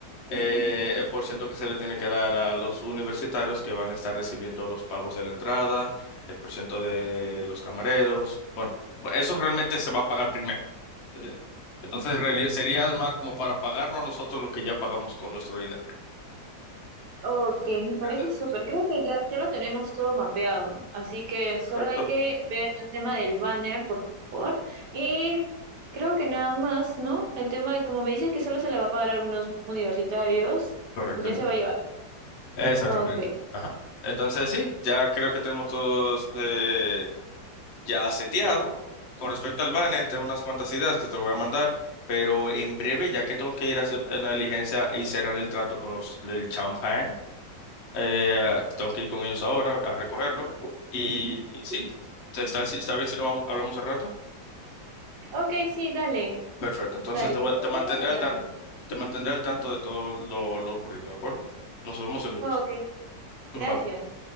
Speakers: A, on the left; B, on the right.
A: eh, el porciento que se le tiene que dar a los universitarios que van a estar recibiendo los pagos de la entrada, el porciento de los camareros. Bueno, eso realmente se va a pagar primero, ¿entiendes? Entonces en
B: Mm,
A: sería más como para pagarnos a nosotros lo que ya pagamos con nuestro dinero.
B: Ok, me parece
A: Exacto.
B: súper. Creo que ya, ya lo tenemos todo mapeado. Así que solo
A: Correcto.
B: hay que ver el tema del banner, por favor. Y creo que nada más, ¿no? El tema de, como me dices que solo se le va a pagar a algunos universitarios,
A: Correcto.
B: ya se va a llevar.
A: Exactamente.
B: Ok.
A: Ajá. Entonces sí, ya creo que tenemos todos eh, ya seteado. Con respecto al banner, tengo unas cuantas ideas que te voy a mandar, pero en breve, ya que tengo que ir a hacer una diligencia y cerrar el trato con los del champán, eh, tengo que ir con ellos ahora a recogerlo. Y sí, ¿está, está bien si no vam- hablamos al rato?
B: Ok, sí, dale.
A: Perfecto, entonces
B: Dale,
A: te,
B: cualquier
A: voy- te mantendré
B: cosa me llamas.
A: al tanto, te mantendré al tanto de todo lo, lo ocurrido, ¿de acuerdo? Nos vemos el lunes.
B: Ok, gracias.
A: Bye.